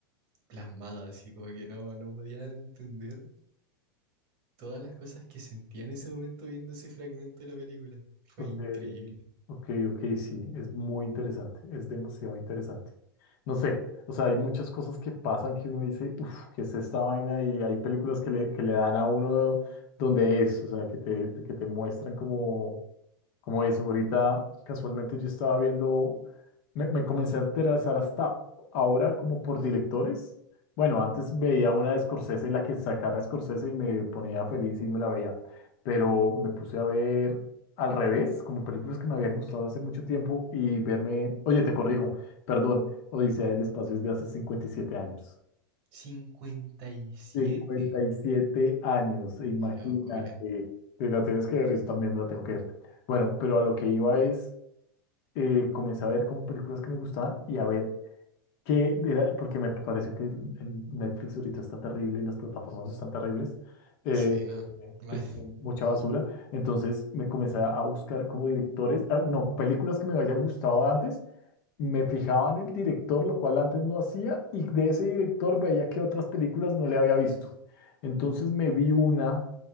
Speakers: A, on the right (about 50°); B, on the left (about 50°).
A: plasmado, así como que no, no podía entender todas las cosas que sentía en ese momento viendo ese fragmento de la película. Fue
B: ok,
A: increíble.
B: ok, ok, sí, es muy interesante, es demasiado interesante. No sé, o sea, hay muchas cosas que pasan que uno dice, uff, ¿qué es esta vaina? Y hay películas que le, que le dan a uno donde es, o sea, que te, que te muestran como... Como eso, ahorita casualmente yo estaba viendo, me, me comencé a interesar hasta ahora como por directores. Bueno, antes veía una de Scorsese, la que sacara Scorsese y me ponía feliz y me la veía, pero me puse a ver al revés, como películas que me habían gustado hace mucho tiempo y verme, oye, te corrijo, perdón, Odisea del Espacio es de hace 57 años.
A: cincuenta y siete
B: cincuenta y siete años, imagínate.
A: Qué locura.
B: Te la tienes que ver y también me la tengo que ver. Bueno, pero a lo que iba es eh, comencé a ver como películas que me gustaban y a ver qué era, porque me pareció que el, el Netflix ahorita está terrible y las plataformas están terribles, eh,
A: Sí, no. Mal.
B: que es como mucha basura. Entonces me comencé a buscar como directores, ah, no, películas que me hayan gustado antes, me fijaba en el director, lo cual antes no hacía, y de ese director veía que otras películas no le había visto. Entonces me vi una,